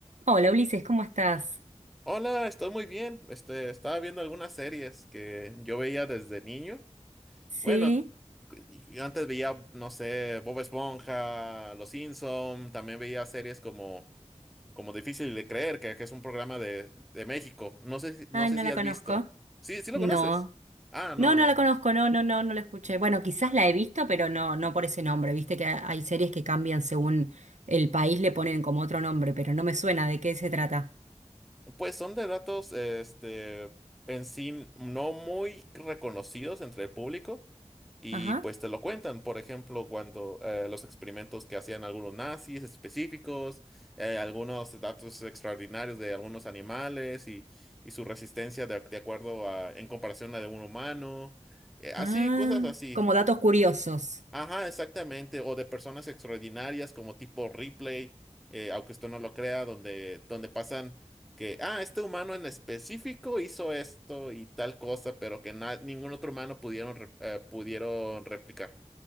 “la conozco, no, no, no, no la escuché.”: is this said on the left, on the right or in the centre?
Right